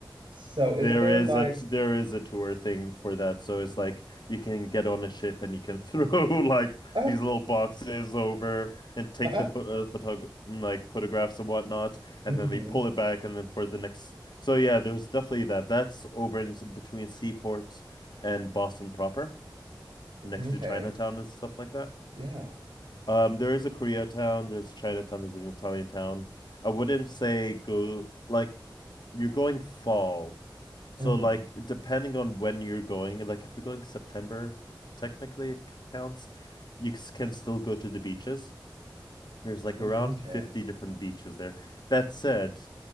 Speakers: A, on the right; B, on the left.
A: So, is
B: There
A: there
B: is
A: like,
B: a there is a tour thing for that. So it's like you can get on a ship and you can <laughs> throw like
A: <laughs>
B: these little boxes over and take
A: ah,
B: the pho- uh, photog mm, like photographs and whatnot,
A: hmm
B: and then they pull it back and then for the next. So yeah, there's definitely that. That's over in s- between seaports and Boston proper, next
A: Okay.
B: to Chinatown and stuff like that.
A: Yeah.
B: Um, there is a Koreatown, there's Chinatown, there's an Italian town. I wouldn't say go like you're going fall so
A: hmm
B: like depending on when you're going, like if you're going September, technically it counts. You s- can still go to the beaches. There's like around
A: Okay.
B: 50 different beaches there. That said,